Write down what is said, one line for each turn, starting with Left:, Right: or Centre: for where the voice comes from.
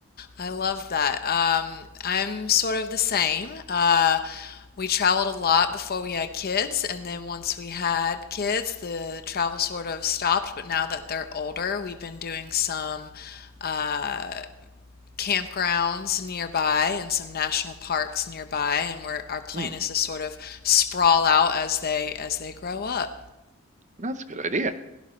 Left: I love that. Um, I'm sort of the same. Uh, we traveled a lot before we had kids, and then once we had kids, the travel sort of stopped. But now that they're older, we've been doing some uh, campgrounds nearby and some national parks nearby and where our plan
Right: Hmm.
Left: is to sort of sprawl out as they as they grow up.
Right: That's a good idea.